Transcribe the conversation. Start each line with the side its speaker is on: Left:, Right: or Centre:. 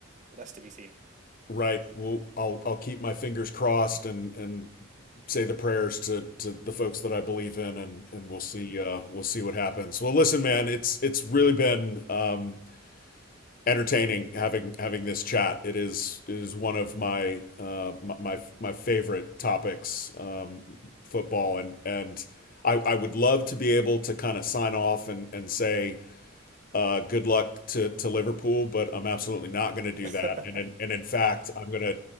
Right: that's to be seen
Left: Right. Well, I'll I'll keep my fingers crossed and and say the prayers to to the folks that I believe in, and and we'll see uh, we'll see what happens. Well, listen, man, it's it's really been um, entertaining having having this chat. It is it is one of my uh, my my my favorite topics, um, football, and and I I would love to be able to kind of sign off and and say uh, good luck to to Liverpool, but I'm absolutely not going to do
Right: <laughs>
Left: that. And in,
Right: i
Left: and in fact, I'm gonna